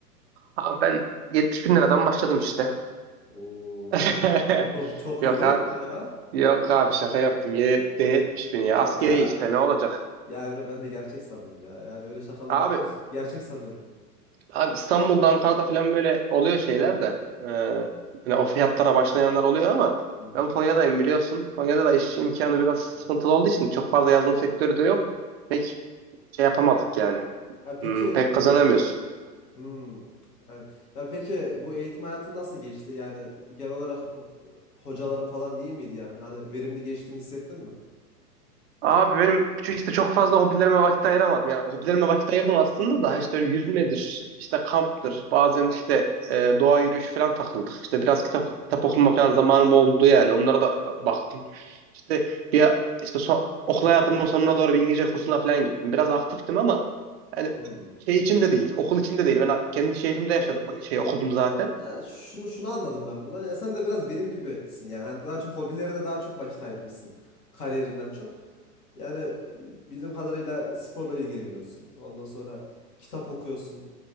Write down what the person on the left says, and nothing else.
Oo
çok çok çok
iyi değil
mi ya?
Ya
Ya Emre ben de gerçek sandım ya. Yani öyle şakalar
yapıyorsun ki gerçek sanıyorum.
Hı hı.
Hı.
Ya peki
e,
hmm, aynen. Ya peki bu eğitim hayatın nasıl geçti? Yani genel olarak e, hocaların falan iyi miydi yani? Hani verimli geçtiğini hissettin mi?
Hmm.
Tamam.
Ya şunu şunu anladım ben buradan. Ya sen de biraz benim gibisin yani. Hani daha çok hobilerine daha çok vakit ayırmışsın kariyerinden çok. Yani bildiğim kadarıyla sporla ilgileniyorsun. Ondan sonra kitap okuyorsun.